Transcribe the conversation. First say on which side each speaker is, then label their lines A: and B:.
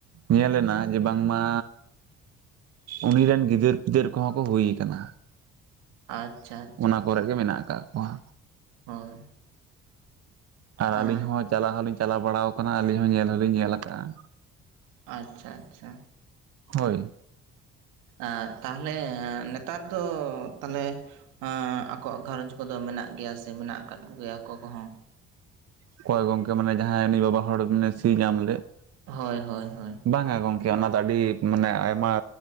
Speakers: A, on the right (about 50°); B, on the right (about 75°).
A: ᱧᱮᱞᱱᱟ ᱡᱮ ᱵᱟᱝ ᱢᱟ ᱩᱱᱤ ᱨᱮᱱ ᱜᱤᱫᱟᱹᱨ ᱯᱤᱫᱟᱹᱨ ᱠᱚᱦᱚᱸ ᱠᱚ ᱦᱩᱭ ᱟᱠᱟᱱᱟ᱾
B: ᱟᱪᱪᱷᱟ ᱟᱪᱪᱷᱟ
A: ᱚᱱᱟ
B: ᱟᱪᱪᱷᱟ
A: ᱠᱚᱨᱮᱜ ᱜᱮ ᱢᱮᱱᱟᱜ ᱟᱠᱟᱜ ᱠᱚᱣᱟ᱾
B: ᱦᱳᱭ᱾
A: ᱟᱨ
B: ᱟᱪᱪᱷᱟ
A: ᱟᱹᱞᱤᱧ ᱦᱚᱸ ᱪᱟᱞᱟᱣ ᱦᱚᱞᱤᱧ ᱪᱟᱞᱟᱣ ᱵᱟᱲᱟᱣ ᱠᱟᱱᱟ ᱾ ᱟᱹᱞᱤᱧ ᱦᱚᱸ ᱧᱮᱞ ᱦᱚᱸᱞᱤᱧ ᱧᱮᱞ ᱟᱠᱟᱜᱼᱟ ᱾
B: ᱟᱪᱪᱷᱟ ᱟᱪᱪᱷᱟ᱾
A: ᱦᱳᱭ᱾
B: ᱟᱨ ᱛᱟᱦᱞᱮ ᱱᱮᱛᱟᱨ ᱫᱚ ᱛᱟᱞᱦᱮ, ᱟᱠᱚᱣᱟᱜ ᱜᱷᱟᱨᱚᱸᱡᱽ ᱠᱚᱫᱚ ᱢᱮᱱᱟᱜ ᱜᱮᱭᱟ ᱥᱮ ᱢᱮᱱᱟᱜ ᱟᱠᱟᱫ ᱠᱚᱜᱮᱭᱟ ᱟᱠᱚ ᱠᱚᱦᱚᱸ?
A: ᱚᱠᱚᱭ ᱜᱚᱝᱠᱮ ᱢᱟᱱᱮ ᱡᱟᱦᱟᱸᱭ ᱩᱱᱤ ᱵᱟᱵᱟ ᱦᱚᱲ ᱢᱟᱱᱮ ᱥᱤ ᱧᱟᱢ ᱞᱮᱫ
B: ᱦᱳᱭ ᱦᱳᱭ ᱦᱳᱭ᱾
A: ᱵᱟᱝᱟ ᱜᱚᱢᱠᱮ ᱚᱱᱟ ᱫᱚ ᱟᱹᱰᱤ ᱢᱟᱱᱮ ᱟᱭᱢᱟ